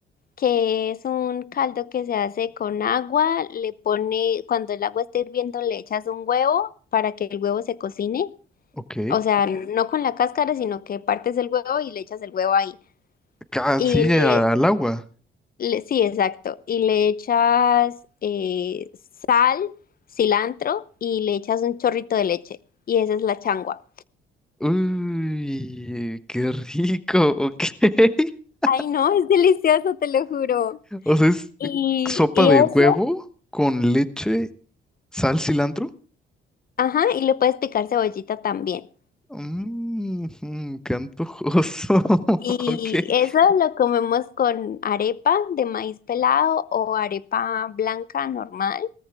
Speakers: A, on the left; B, in the centre.
A: que es un caldo que se hace con agua, le pone, cuando el agua está hirviendo le echas un huevo para que el huevo se cocine,
B: ok,
A: o sea, no con la cáscara, sino que partes el huevo y le echas el huevo ahí.
B: ca-
A: Y
B: sí,
A: le,
B: a- al agua.
A: le- sí, exacto. Y le echas eh, sal, cilantro y le echas un chorrito de leche. Y esa es la changua.
B: Uy, qué rico, ok. <laughs>
A: Ay, no, es delicioso, te lo juro.
B: O sea, es
A: Y,
B: sopa
A: y
B: de
A: eso,
B: huevo con leche, sal, cilantro.
A: ajá, y le puedes picar cebollita también.
B: Mmm, qué antojoso. <laughs>
A: Y
B: Ok.
A: eso lo comemos con arepa de maíz pelado o arepa blanca normal.